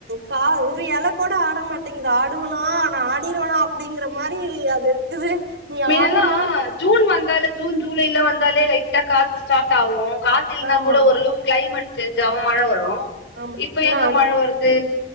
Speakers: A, on the right (about 70°); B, on the left (about 85°).
A: க ஒரு இல கூட ஆட மாட்டேங்குது ஆடுவனா நா ஆடிர்வனா டிங்கிற மாரி அது இர்க்குது நீ
B: முன்னெல்லாம்
A: ஆடுவியான்
B: ஜூன் வந்தாலே ஜூன் ஜூலைல வந்தாலே லைட்டா காத்து ஸ்டார்ட் ஆகு காத்து இல்னா
A: ஆமா
B: கூட ஒர் அளவு கிளைமெட் சேஞ்ச் ஆவு மழ வரு
A: ஆமா
B: இப்ப
A: இன்னு
B: எங்க
A: அடு
B: மழ வர்து